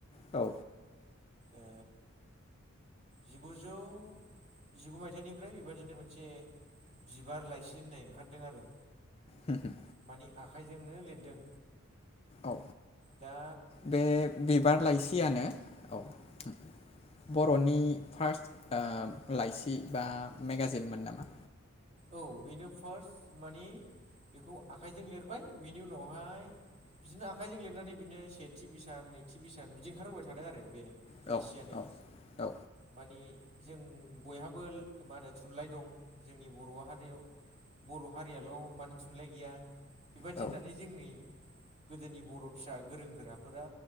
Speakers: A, on the left (about 25°); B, on the right (about 35°).
A: औ
B: ओ जिगुजौ जिगु मायथाइनिफ्राय बेबायादिनो मोनसे। बिबार लाइसि होननाय ओंखारदों आरो
A: होम होम
B: मानि आखाइजोंनो लिरदों।
A: औ
B: दा
A: बे बिबार लाइसियानो औ होम बर'नि फार्स्ट ओ लाइसि बा मेगाजिनमोन नामा?
B: औ बेनो फार्स्ट माने बेखौ आखाइजों लिरबाय बेनि उनावहाय बिदिनो आखाइजों लिरनानै बिदिनो सेथि बिसान नैथि बिसा न बिदि ओंखारबोबाय थादों आरो बे
A: औ
B: लाइसियानो
A: औ औ
B: मानि जों बयहाबो मा होनो थुनलाइ दं जों बर' हारियाव बर' हारियाल' मानो थुनलाइ गैया बेबायदि
A: औ
B: होननानै जोंनि गोदोनि बर' फिसा गोरों गोराफोरा